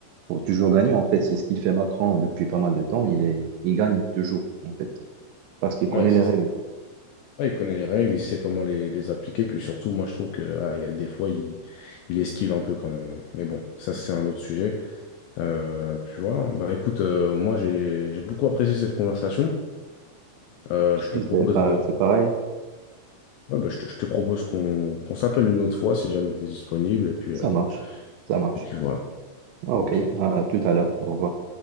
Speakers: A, on the right; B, on the left.
A: pour toujours gagner. En fait, c'est ce qu'il fait Macron depuis pas mal de temps. Il est, il gagne toujours, en fait, parce qu'il connaît
B: ouais, c'est
A: les règles.
B: ça. Ouais, il connaît les règles, il sait comment les, les appliquer, puis surtout, moi je trouve que ah, il y a des fois, il, il esquive un peu quand même. hein. Mais bon, ça c'est un autre sujet. Euh, puis voilà, bah écoute, euh, moi j'ai j'ai beaucoup apprécié cette conversation. Euh, je te
A: Si
B: propose,
A: C'est pas-
B: euh,
A: c'est pareil.
B: ouais, bah, je te, je te propose qu'on qu'on s'appelle une autre fois si jamais tu es disponible, et puis,
A: Ça
B: euh,
A: marche. Ça marche.
B: et puis voilà.
A: Ah,
B: Ok.
A: ok. À tout à l'heure. Au revoir.